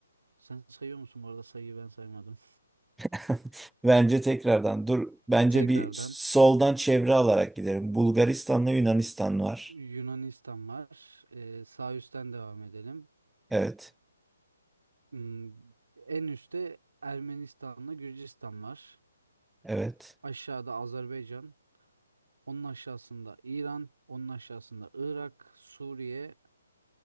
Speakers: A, on the right; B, in the centre.
A: Sen sayıyor musun? Bu arada sayıyı ben saymadım.
B: <laughs> Bence tekrardan dur. Bence
A: Tekrardan
B: bir soldan çevre alarak gidelim. Bulgaristan'la Yunanistan var.
A: Yunanistan var. Ee, sağ üstten devam edelim.
B: Evet.
A: Hmm, en üstte Ermenistan'la Gürcistan var.
B: Evet.
A: Aşağıda Azerbaycan. Onun aşağısında İran. Onun aşağısında Irak, Suriye.